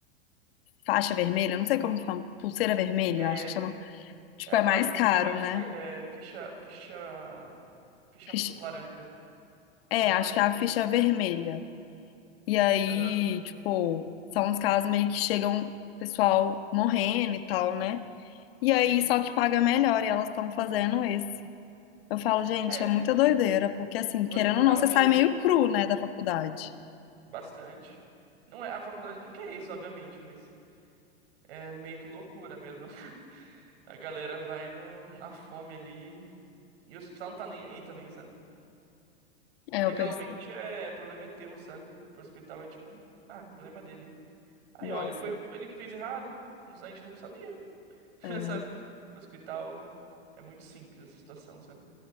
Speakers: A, on the left; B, on the right.
A: faixa vermelha, não sei como fala, pulseira vermelha,
B: É,
A: acho que chama Tipo,
B: é aquelas
A: é mais
B: questões
A: caro,
B: de Manchester.
A: né?
B: É, ficha, ficha, ficha
A: Ficha-
B: laranja
A: É,
B: ou
A: acho
B: vermelha.
A: que é a ficha vermelha. E aí,
B: Aham,
A: tipo, são os casos meio que chegam pessoal morrendo e tal, né? E
B: sim.
A: aí, só que paga melhor e elas estão fazendo esse. Eu falo, gente,
B: É,
A: é muita doideira, porque assim,
B: o
A: querendo
B: hospital
A: ou não, você
B: mesmo,
A: sai meio cru, né, da faculdade.
B: bastante. Não é, a faculdade não quer isso, obviamente, mas é meio que loucura mesmo. <laughs> A galera vai no, na fome ali. E o hospital não tá nem aí também, sabe?
A: É,
B: Legalmente,
A: eu percebo.
B: é, problema é teu, sabe? Pro hospital é tipo, ah, problema dele. Aí,
A: Nossa,
B: ó, ele foi foi ele que fez errado, não- a gente não sabia, <laughs>
A: é muito.
B: sabe? Hospital é muito simples essa situação, sabe?